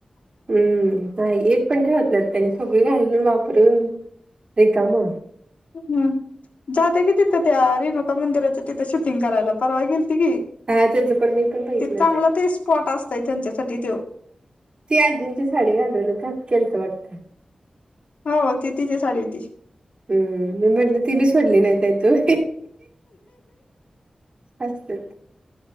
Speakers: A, on the right; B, on the left.
A: हम्म! नाही एक पण ठेवत नाही त्याने सगळे घालून वापरून रिकाम.
B: हम जात्या कि तिथं त्या रेणुका मंदिराच्या तिथे शूटिंग करायला परवा गेलती की.
A: हा त्याचं पण मी पण बघितलं
B: ते चांगलं ते स्पॉट असतयं त्यांच्यासाठी त्यो.
A: ती आजींची साडी घालून <unintelligible> केलतं वाटतं.
B: हो, ती तिची साडी होती.
A: हम्म! मी म्हटले ती बी सोडली नाही काय तू? अच.